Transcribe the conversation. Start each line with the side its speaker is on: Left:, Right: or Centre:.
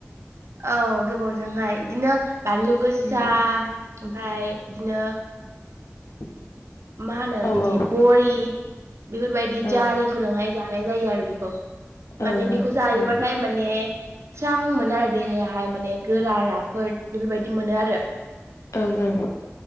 Right: औ गोबावजोंहाय बिदिनो बानलु गोसा
Left: उम
Right: ओमफ्राय बिदिनो
Left: <inaudible>
Right: मा होनो बिदि
Left: औ औ
Right: बरि बेफोरबायदि
Left: ओं
Right: जारि फोरजोंहाय जानाय जायो आरो बेखौ
Left: ओं
Right: माने बेखौ जायोबाथाय
Left: ओं ओं
Right: माने स्रां मोनो आरो देहायाहाय माने गोरा राफोद बेफोरबायदि मोनो आरो
Left: ओं ओं